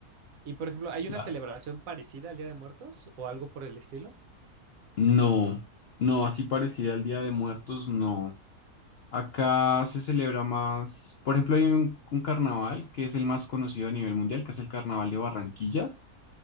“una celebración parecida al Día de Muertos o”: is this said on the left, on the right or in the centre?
Right